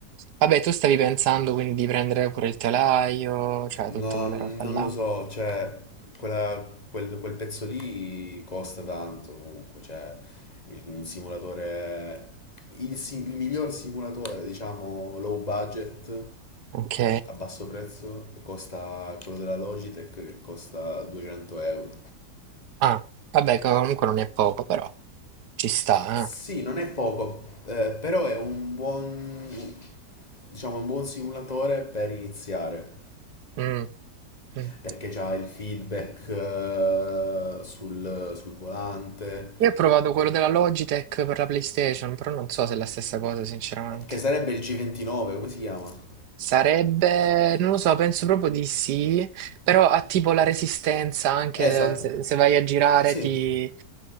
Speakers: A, on the right; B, on the left.
A: Vabbè, tu stavi pensando quindi di prendere pure il telaio, cioè
B: No,
A: tutta quella
B: non
A: roba là.
B: lo so, cioè, quella- quel, quel pezzo lì costa tanto comunque, cioè, il- un simulatore, il, si- il miglior simulatore, diciamo, low budget,
A: Ok.
B: a basso prezzo, costa quello della Logitech che costa 200 euro.
A: Ah, vabbè, comunque non è poco, però ci sta,
B: Sì, non è poco, eh, però è un buon, diciamo, un buon simulatore per iniziare.
A: eh. Mm, mm.
B: perché c'ha il feedback eh, sul, sul volante,
A: Io ho provato quello della Logitech per la PlayStation, però non so se è la stessa cosa, sinceramente.
B: eh, che sarebbe il G29, come si chiama?
A: Sarebbe, non lo so, penso proprio di sì, però ha tipo la resistenza, anche
B: Esatto,
A: se, se vai a girare
B: sì,
A: ti...